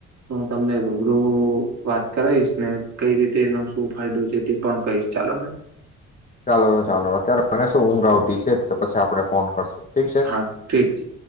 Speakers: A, on the right; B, on the left.
A: હું તમને રૂબરૂ વાત કરાવીશ ને કઈ રીતે એનો શું ફાયદો છે તે પણ કહીશ ચાલો ને.
B: ચાલો ચાલો અત્યારે મને શું ઊંઘ આવતી છે જ તો પછી આપડે ફોન કરશું. ઠીક છે
A: હા ઠીક છે.